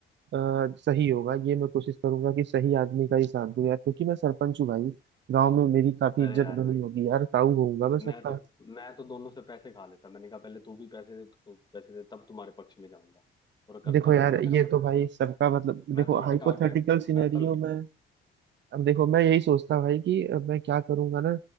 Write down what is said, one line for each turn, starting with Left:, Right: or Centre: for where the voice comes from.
Right: अ, सही होगा ये मैं कोशिश करूंगा कि सही आदमी का ही साथ दूं यार क्योंकि मैं सरपंच हूँ भाई गांव में मेरी काफी
Left: अरे
Right: इज्जत
Left: यार
Right: बनी
Left: भाई
Right: होगी यार ताऊ होऊंगा मैं
Left: मैं
Right: सबका
Left: तो मैं तो दोनों से पैसे खा लेता मैंने कहा पहले तू भी पैसे दे तू पैसे दे तब तुम्हारे पक्ष में जाऊंगा और करता
Right: देखो
Left: वो
Right: यार
Left: जो मेरा
Right: ये
Left: मन
Right: तो
Left: करता
Right: भाई सबका मतलब
Left: मैं
Right: देखो
Left: तो
Right: हाइपोथेटिकल
Left: लटका के रखता
Right: सिनेरियो
Left: मैं तो
Right: में अब देखो मैं यही सोचता हूँ भाई कि अब मैं क्या करूंगा ना